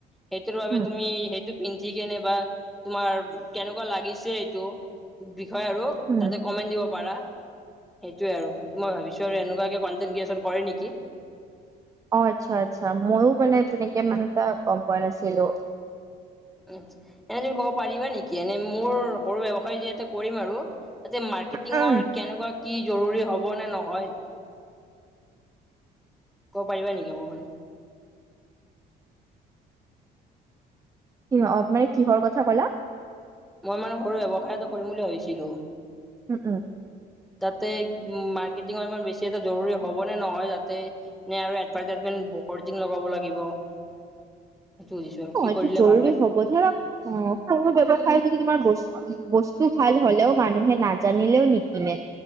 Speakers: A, in the centre; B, on the right.
A: সেইটোৰ বাবে
B: উম
A: তুমি সেইটো পিন্ধি কেনে বা তোমাৰ কেনেকুৱা লাগিছে এইটো বিষয় আৰু।
B: উম
A: তাতে কমেন্ট দিব পাৰা সেইটোয়ে আৰু, মই ভাবিছোঁ আৰু এনেকুৱেকে কণ্টেণ্ট ক্ৰিয়েচন কৰে নেকি।
B: অ' আচ্ছা আচ্ছা, মইও মানে তেনেকে মানে এটা গম পোৱা নাছিলোঁ।
A: উ, এনে তুমি ক'ব পাৰিবা নেকি এনেই মোৰ সৰু ব্যৱসায় যি এটা কৰিম আৰু তাতে মা কেটিঙৰ
B: উম,
A: কেনেকুৱা কি জৰুৰী হ'বনে নহয়, ক'ব পাৰিবা নেকি অকমান?
B: কিহ মানে কিহৰ কথা ক'লা?
A: মই মানে সৰু ব্যৱসায় এটা কৰিম বুলি ভাবিছিলোঁ।
B: উম, উম।
A: তাতে উ, মাৰ্কেটিঙৰ ইমান বেছি এটা জৰুৰী হ'বনে নহয় যাতে নে আৰু এডভাৰটাইজমেন্ট বহুত দিন লগাব লাগিব। হেইটো সুধিছোঁ আৰু
B: অ,
A: কি
B: এইটো
A: কৰিলে
B: জৰুৰী
A: ভাল হয়।
B: হ'ব ধৰক সৰু ব্যৱসায় যদি তোমাৰ বছ বস্তু ভাল হ'লেও মানুহে নাজানিলেও নিকনে।